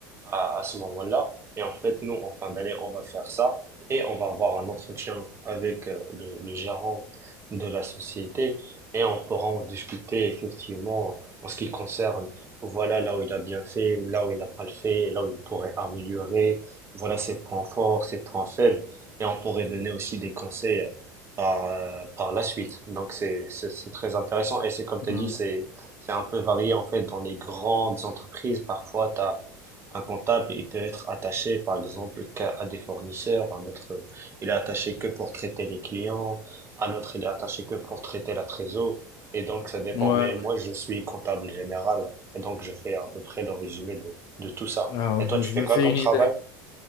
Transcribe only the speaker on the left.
ouais,
ouais.
Ouais,
ouais.
Ah
ouais,
je
me
fais
une
idée.